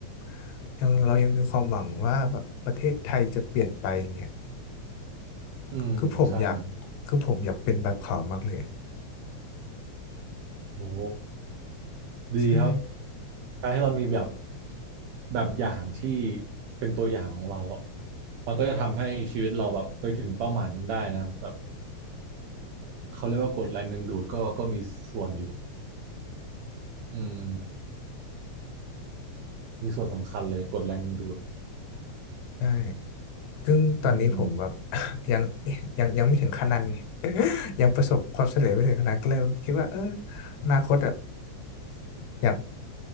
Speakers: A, on the left (about 80°); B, on the right (about 75°).
A: ำยังเรายังมีความหวังว่าแบบประเทศไทยจะเปลี่ยนไปอย่างเงี้ย
B: อืมใช่ครับ
A: คือผมอยากคือผมอยากเป็นแบบเขามากเลย
B: โอ้ดีครับ
A: ใช่
B: การให้เรามีแบบแบบอย่างที่เป็นตัวอย่างของเราอะมันก็จะทำให้ชีวิตเราแบบไปถึงเป้าหมายนั้นได้นะแบบเขาเรียกว่ากฎแรงดึงดูดก็ก็มีส่วนอยู่อืมมีส่วนสำคัญเลยกฎแรงดึงดูด
A: ใช่ ซึ่งตอนนี้ผมแบบ
B: อืม
A: <laughs> ยังยังยังไม่ถึงขนาดนั้นไง <laughs> ยังประสบความสำเร็จไม่ถึงขนาดนั้นก็เลยคิดว่าเอออนาคตอะอยาก